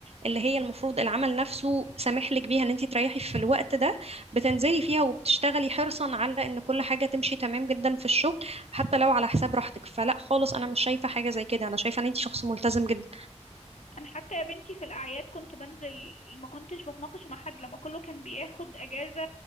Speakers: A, on the right; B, on the left.
A: اللي هي المفروض العمل نفسه سامح لك بيها ان انت تريحي في الوقت ده بتنزلي فيها وبتشتغلي حرصا على ان كل حاجه تمشي تمام جدا في الشغل حتى لو على حساب راحتك فلا خالص انا مش شايفه حاجه زي كده انا شايفه ان انت شخص ملتزم جدا
B: انا حتى يا بنتي في الاعياد كنت بنزل ما كنتش بتناقش مع حد لما كله كان بياخد اجازة